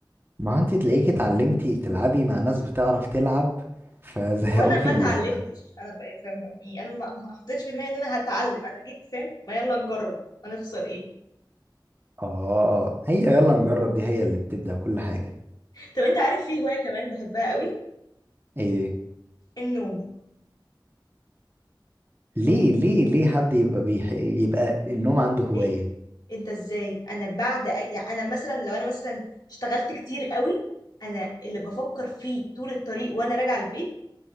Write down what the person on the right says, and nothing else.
ما هو انت تلاقيكي اتعلمتي تلعبي مع ناس بتعرف تلعب فزهقوكي
من
اللعبه
اه هي يلا نجرب دي هي اللي بتبدأ كل حاجة
ايه
ليه ليه ليه حد يبقى بيح... يبقى النوم عنده هواية